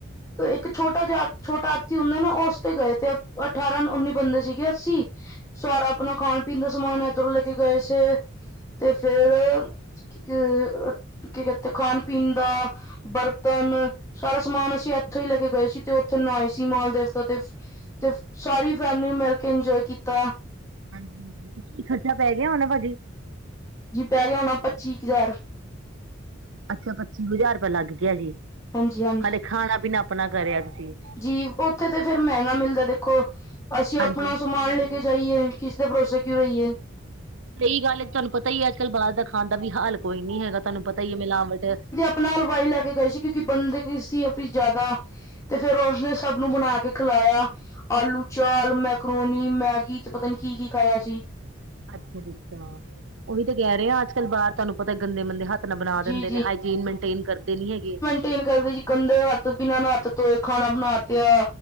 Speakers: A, on the left; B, on the right.
A: ਇੱਕ ਛੋਟਾ ਜਾ ਛੋਟਾ ਆਤੀ ਹੁੰਦੇ ਨਾ ਉਸ ਤੇ ਗਏ ਥੇ ਅਠਾਰਾਂ- ਉੱਨੀ ਬੰਦੇ ਸੀਗੇ ਅੱਸੀ। ਸਾਰਾ ਆਪਣਾ ਖਾਣ ਪੀਣ ਦਾ ਸਮਾਨ ਇਧਰੋਂ ਲੈ ਕੇ ਗਏ ਸੇ ਤੇ ਫੇਰ ਅ ਕੀ ਕੈਤੇ ਖਾਣ- ਪੀਣ ਦਾ ਬਰਤਨ ਸਾਰਾ ਸਮਾਨ ਅਸੀਂ ਇੱਥੋਂ ਹੀ ਲੈ ਕੇ ਗਏ ਸੀ, ਤੇ ਉੱਥੇ ਨਹਾਏ ਸੀ ਮਾਲ ਦੇਵਤਾ ਤੇ। ਤੇ ਸਾਰੀ ਫੈਮਲੀ ਮਿਲ ਕੇ ਇੰਜੋਏ ਕੀਤਾ।
B: ਹਾਂਜੀ -ਹਾਂਜੀ ਕੀ ਖਰਚਾ ਪੈ ਗਿਆ ਹੋਣਾ ਭਾਜੀ?
A: ਜੀ ਪੈ ਗਿਆ ਹੋਣਾ ਪੱਚੀ ਕੁ ਹਜ਼ਾਰ।
B: ਅੱਛਾ, ਪੱਚੀ ਹਜ਼ਾਰ ਰੁਪਇਆ ਲੱਗ ਗਿਆ ਜੀ,
A: ਹਾਂਜੀ ਹਾਂਜੀ
B: ਹਾਲੇ ਖਾਣਾ- ਪੀਣਾ ਆਪਣਾ ਕਰਿਆ ਤੁਸੀਂ।
A: ਜੀ ਉੱਥੇ ਤੇ ਫੇਰ ਮਹਿੰਗਾ ਮਿਲਦਾ ਦੇਖੋ। ਅਸੀਂ
B: ਹਾਂਜੀ
A: ਆਪਣਾ
B: ਹਾਂਜੀ
A: ਸਮਾਨ
B: ਹੈ ਹੀ
A: ਲੈਕੇ
B: ਹੈ ਜੀ
A: ਜਾਈਏ, ਕਿਸ ਦੇ ਭਰੋਸੇ ਕਿਉਂ ਰਹੀਏ।
B: ਸਹੀ ਗੱਲ ਤੁਹਾਨੂੰ ਪਤਾ ਹੀ ਹੈ ਅੱਜ ਕੱਲ ਬਾਹਰ ਦਾ ਖਾਣ ਦਾ ਵੀ ਹਾਲ ਕੋਈ ਨੀ ਹੈਗਾ, ਤੁਹਾਨੂੰ ਪਤਾ ਹੀ ਹੈ ਮਿਲਾਵਟ
A: ਆਪ ਨਾਲ ਹਲਵਾਈ ਲੈ ਕੇ ਗਏ ਸੀ, ਕਿਉਂਕਿ ਬੰਦੇ ਕੀ ਸੀ ਆਪਣੀ ਜਿਆਦਾ ਤੇ ਫੇਰ ਉਸਨੇ ਸਭ ਨੂੰ ਬਣਾ ਕੇ ਖਿਲਾਇਆ, ਆਲੂ ਚਾਲ, ਮੈਕਰੋਨੀ, ਮੈਗੀ ਤੇ ਪਤਾ ਨੀ ਕੀ- ਕੀ ਖਾਇਆ ਸੀ।
B: ਅੱਛਾ ਦਿੱਤਾ, ਉਹੀ ਤਾਂ ਕੇਹ ਰਏ ਆ, ਆਜ ਕੱਲ੍ਹ ਬਾਹਰ ਤੋਂਨੂੰ ਪਤਾ ਏ ਗੰਦੇ ਮੰੰਦੇ ਹੱਥ ਆਪਣਾ ਬਣਾ
A: ਜੀ
B: ਦਿੰਦੇ ਨੇ ਹਾਈਜੀਨ ਮੇਨਟੇਨ ਕਰਦੇ ਨੀ ਹੈਗੇ।
A: ਤਿੰਨ ਗੜਵੀ ਚ ਗੰਦੇ ਹਾਥ ਬਿਨਾਂ ਨਾਤੇ ਤੋਏ ਖਾਣਾ ਬਣਾ ਤਿਆ।